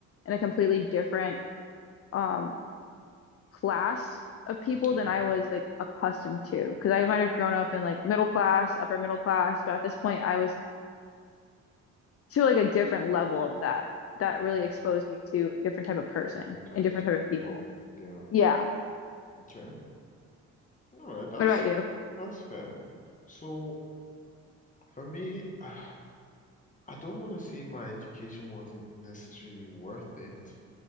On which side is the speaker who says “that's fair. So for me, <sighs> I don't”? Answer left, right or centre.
Left